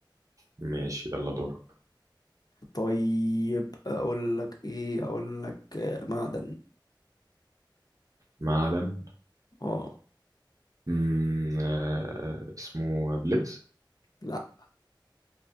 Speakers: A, on the right; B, on the left.
A: ماشي يلا دورك
B: طيب اقول لك ايه اقول لك آه، معدن
A: معدن
B: اه
A: مم. آه اسمه بليدز
B: لا